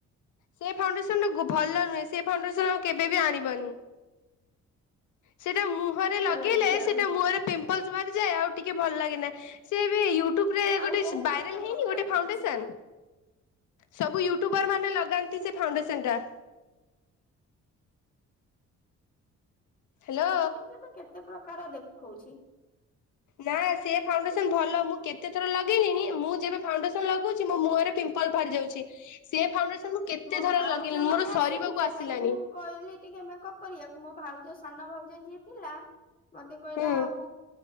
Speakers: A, on the left; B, on the left.
A: ସେ ଫାଉଣ୍ଡେସନ ଗୁ- ଭଲ ନୁହେଁ ସେ ଫାଉଣ୍ଡେସନ୍ ଆଉ କେବେ ବି ଆଣିବନି। ସେଟା ମୁହଁରେ ଲଗେଇଲେ
B: ଆଚ୍ଛା
A: ସେଟା ମୁହଁରେ ପିମ୍ପ୍ ଲ୍ସ ବାହାରିଯାଏ ଆଉ ଟିକେ ଭଲ ଲାଗେନା ସେ ଏବେ ୟୁଟୁବ୍ ରେ
B: ଆଉ
A: ଗୋଟେ
B: କୋଉ
A: ସ୍ ବାଇରାଲ୍
B: ଫା ଭଲ
A: ହେଇନି ଗୋଟେ
B: ଲାଗେ
A: ଫାଉଣ୍ଡେସନ୍?
B: ଆସେ
A: ସବୁ ୟୁଟ୍ୟୁବର ମାନେ ଲଗାନ୍ତି ସେ ଫାଉଣ୍ଡେସନ୍ ଟା। ହ୍ୟାଲୋ।
B: ୟୁଟ୍ୟୁବ୍ ରେ ତ କେତେ ପ୍ରକାର ଦେଖଉଚି।
A: ନା ସେ ଫାଉଣ୍ଡେସନ୍ ଭଲ ମୁଁ କେତେ ଥର ଲଗେଇଲିନି ମୁଁ ଯେବେ ଫାଉଣ୍ଡେସନ୍ ଲଗଉଚି ମୋ ମୁହଁରେ ପିମ୍ପ୍ ମ୍ପଲ୍ ବାହାରି ଯାଉଚି ସେ ଫାଉଣ୍ଡେସନ୍ ମୁଁ କେତେ
B: ମୋ ଭାଉଜ
A: ଥର ଲଗେଇଲିଣି
B: ମାନେ
A: ମୋର
B: ଆସିଥିଲେ
A: ସରିବାକୁ ଆସିଲାଣି
B: ତାଙ୍କୁ କହିଲି ଟିକେ ମେକଅପ୍ କରିବାକୁ ମୋ ଭାଉଜ ସାନ ଭାଉଜ ଯିଏ ଥିଲା ମତେ କହିଲା
A: ହୁଁ
B: ଆଉ